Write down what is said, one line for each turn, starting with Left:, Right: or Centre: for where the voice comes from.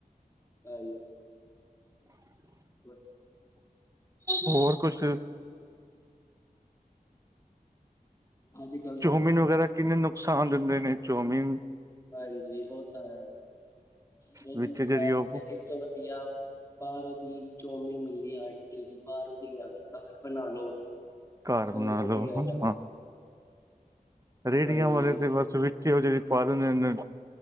Left: ਹਾਂਜੀ <unintelligible>
Right: ਹੋਰ ਕੁਛ
Left: ਅੱਜ ਕੱਲ
Right: ਚੌਮੀਨ ਵਗੈਰਾ ਕਿੰਨੇ ਨੁਕਸਾਨ ਦਿੰਦੇ ਨੇ, ਚੌਮੀਨ
Left: ਹਾਂਜੀ। ਉਹ ਤਾਂ ਹੈ ਬਹੁਤ
Right: ਵਿੱਚ
Left: ਨੁਕਸਾਨ
Right: ਜਿਹੜੀ ਉਹ
Left: ਦਿੰਦੇ, ਇਸ ਤੋਂ ਵਧੀਆ ਬਾਹਰ ਉਹਦੀ ਚੌਮੀਨ ਮਿਲਦੀ ਆ ਆਟੇ ਦੀ, ਬਾਹਰ ਉਹਦੀ ਲਿਆ ਕੇ ਘਰ ਬਣਾ ਲੋ।
Right: ਘਰ ਬਣਾ
Left: ਉਹ ਵਧੀਆ
Right: ਲੋ ਹਾਂ।
Left: ਆ
Right: ਰੇਹੜੀਆਂ
Left: ਹਾਂਜੀ,
Right: ਵਾਲੇ ਤੇ ਬਸ ਵਿੱਚ ਉਹ ਜਿਹੜੀ ਪਾ ਦਿੰਦੇ ਨੇ,